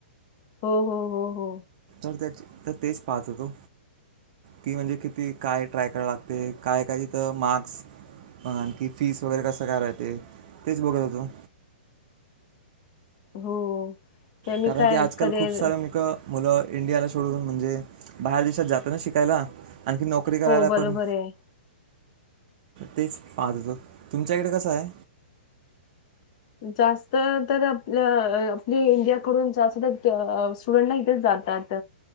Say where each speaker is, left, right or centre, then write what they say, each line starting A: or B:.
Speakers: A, on the left; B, on the right.
A: हो हो हो हो
B: तर तेच पाहत होतो कि म्हणजे किती काय ट्राय करायला लागते काय काय तर मार्क्स आणखी फीस वगैरे कसं काय राहते तेच बघत होतो
A: हो त्यांनी
B: कारण
A: काय
B: की आजकाल
A: करिअर
B: खूप सारे मुक मुलं इंडियाला सोडून म्हणजे बाहेर देशात जातं ना शिकायला आणखी नोकरी करायला
A: हो बरोबर
B: पण
A: आहे
B: तेच पाहत होत तुमच्याकडे कसं आहे
A: जास्त तर आपल्या आ-अ आपली इंडियाकडून जास्त अं तर स्टुडंटला इथेच जातात